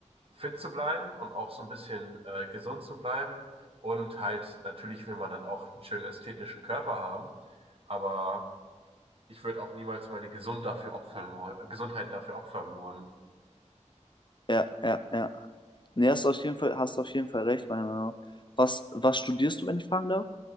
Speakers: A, on the right; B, on the left.
A: fit zu bleiben und auch so ein bisschen äh, gesund zu bleiben. Und halt, natürlich will man dann auch einen schönen ästhetischen Körper haben, aber ich würde auch niemals meine Gesund dafür opfern wollen, Gesundheit dafür opfern wollen.
B: ja, ja, ja. Nee, hast du auf jeden Fall, hast du auf jeden Fall recht, meiner Meinung nach. Was, was studierst du, wenn ich fragen darf?